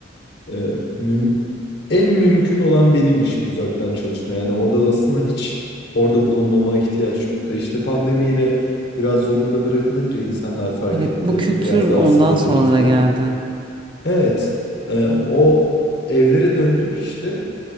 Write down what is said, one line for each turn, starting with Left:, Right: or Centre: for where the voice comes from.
Left: Ee, müm- en mümkün olan benim işim uzaktan çalışma. Yani orada da aslında hiç orada bulunmama ihtiyaç yok da işte pandemiyle biraz zorunda bırakılınca insanlar fark
Right: Evet,
Left: etti.
Right: bu kültür
Left: Biraz daha
Right: ondan
Left: salabiliriz
Right: sonra
Left: diye.
Right: geldi.
Left: Evet, e, o evlere döndük işte